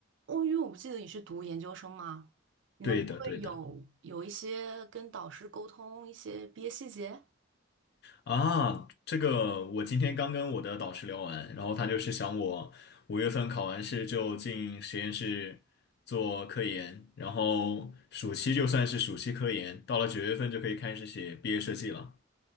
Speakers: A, on the right; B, on the left.
A: 哦，因为我不记得你是读研究生吗？你们不会有有一些跟导师沟通一些毕业细节？
B: 对的，对的。啊，这个我今天刚跟我的导师聊完，然后他就是想我五月份考完试就进实验室做科研，然后暑期就算是暑期科研，到了九月份就可以开始写毕业设计了。